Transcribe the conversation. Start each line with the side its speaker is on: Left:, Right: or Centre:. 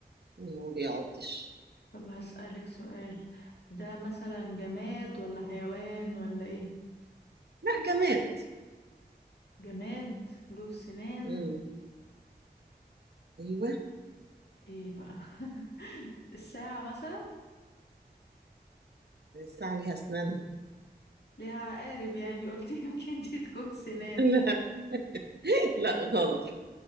Right: وما بيعضش
Left: طب هسألك سؤال ده مثلا جماد ولا حيوان ولا ايه
Right: لا جماد
Left: جماد له سنان
Right: مم. أيوه
Left: ايه بقى <laughs> الساعة مثلا
Right: الساعة ليها أسنان
Left: ليها عقارب يعني قلت <laughs> يمكن دي تكون سنان
Right: <laughs> لا لا غلط